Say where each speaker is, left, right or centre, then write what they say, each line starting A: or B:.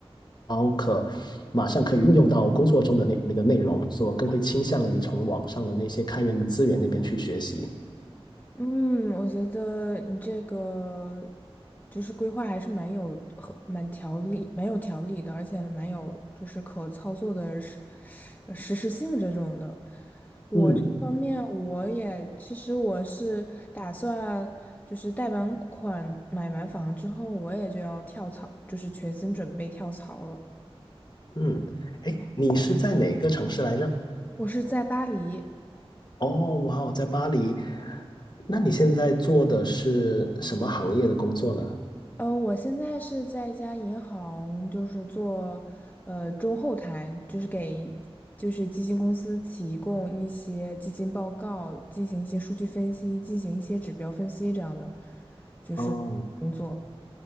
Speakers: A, on the left; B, on the left.
A: 后可马上可以运用到工作中的那那个内容，所以我更会倾向于从网上的那些开源的资源那边去学习。
B: 嗯，我觉得你这个就是规划还是蛮有和蛮条理、蛮有条理的，而且蛮有就是可操作的实呃实施性这种的。我这方面我也其实我是打算就是贷完款买完房之后，
A: 嗯
B: 我也就要跳槽，就是全心准备跳槽了。
A: 嗯，哎，你是在哪个城市来着？
B: 我是在巴黎。
A: 哦，哇哦，在巴黎。那你现在做的是什么行业的工作呢？
B: 呃，我现在是在一家银行，就是做呃中后台，就是给就是基金公司提供一些基金报告，进行一些数据分析，进行一些指标分析这样的，就是工作。
A: 哦，